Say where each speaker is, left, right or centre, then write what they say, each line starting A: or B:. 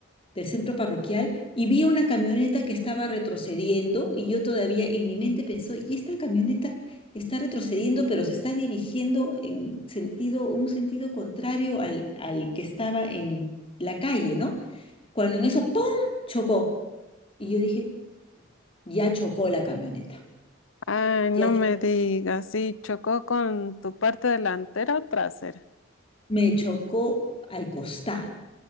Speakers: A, on the left (about 25°); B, on the left (about 70°).
A: del centro parroquial, y vi una camioneta que estaba retrocediendo y yo todavía en mi mente pensó, y esta camioneta está retrocediendo, pero se está dirigiendo en sentido, un sentido contrario al, al que estaba en la calle, ¿no? Cuando en eso, ¡pum!, chocó. Y yo dije, ya chocó la camioneta.
B: Ay, no
A: Ya
B: me
A: cho-
B: digas, sí, chocó con tu parte delantera o trasera.
A: me chocó al costado.